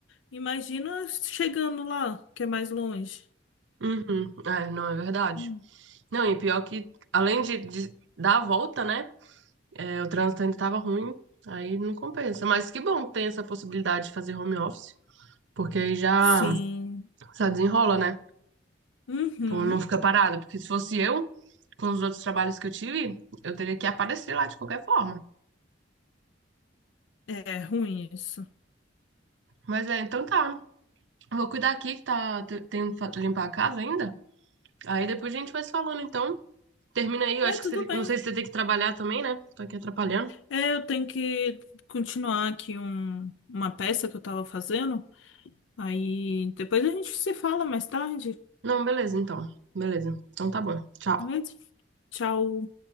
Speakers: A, on the left (about 80°); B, on the right (about 75°).
A: Imagina chegando lá, que é mais longe.
B: Uhum. É, não, é verdade.
A: Hum.
B: Não, e pior que, além de, de dar a volta, né? é, o trânsito ainda tava ruim, aí não compensa. Mas que bom que tem essa possibilidade de fazer home office, porque aí já,
A: Sim.
B: já desenrola, né?
A: Uhum.
B: Tipo, Não fica parado. Porque se fosse eu, com os outros trabalhos que eu tive, eu teria que aparecer lá de qualquer forma.
A: É ruim isso.
B: Mas é, então tá. Vou cuidar aqui que tá, te- tem que limpar a casa ainda. Aí depois a gente vai se falando, então. Termina aí, eu
A: É,
B: acho
A: tudo
B: que você,
A: bem.
B: não sei se você tem que trabalhar também, né? Tô aqui atrapalhando.
A: É, eu tenho que continuar aqui um, uma peça que eu tava fazendo. Aí depois a gente se fala mais tarde.
B: Não, beleza, então. Beleza. Então tá bom. Tchau.
A: Beleza? Tchau.